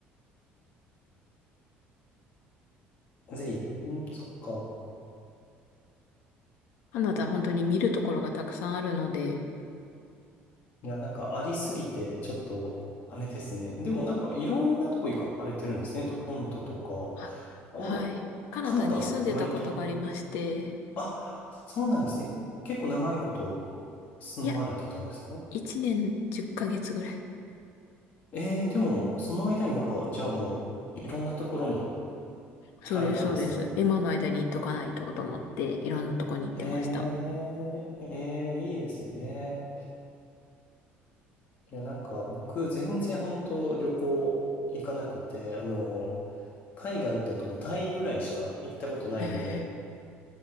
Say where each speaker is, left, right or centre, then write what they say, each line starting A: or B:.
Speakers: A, on the left (about 45°); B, on the left (about 80°).
A: ぜひ。うん、そっか。
B: カナダ本当に見るところがたくさんあるので、
A: いや、なんかありすぎて、ちょっと、あれですね。でもなんかいろんなとこ行かれてるんですね。トロントとか。
B: あ、
A: あ、
B: はい。
A: もう、
B: カナダに住んでたことがありまして、
A: カナダ割と、あ、そうなんですね。結構長いこと住まれてたんですか
B: いや、1年10ヶ月ぐらい。
A: ええ、でも、その間にな、じゃあもう、いろんなところに
B: そうです、
A: 行かれたんですね。
B: そうです。今の間に行っとかないとと思って、いろんなとこに行ってました。
A: ええ、ええ、いいですね。いや、なんか僕全然本当旅行行かなくて、あの、海外だともうタイぐらいしか行ったことないんで、
B: へえ、